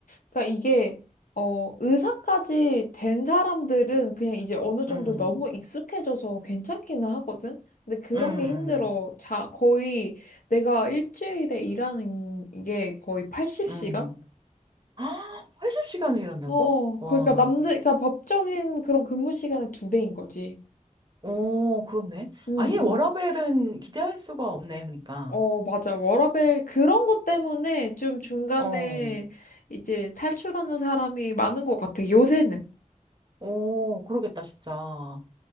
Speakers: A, on the left; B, on the right.
A: 그러니까 이게 어, 의사까지 된 사람들은 그냥 이제 어느 정도
B: 음,
A: 너무 익숙해져서 괜찮기는 하거든. 근데 그런
B: 음,
A: 게 힘들어. 자, 거의 내가 일주일에 일하는 이게 거의 80시간?
B: 음, 음. <gasps> 아, 팔십 시간을 일한다고?
A: 어,
B: 와.
A: 그러니까 남들, 그러니까 법적인 그런 근무 시간의 두 배인 거지.
B: 오, 그렇네.
A: 응,
B: 아예
A: 응.
B: 워라밸은 기대할 수가 없네, 그러니까.
A: 어, 맞아. 워라밸 그런 것 때문에 좀 중간에
B: 어,
A: 이제 탈출하는 사람이 많은 것 같아, 요새는.
B: 오, 그러겠다, 진짜.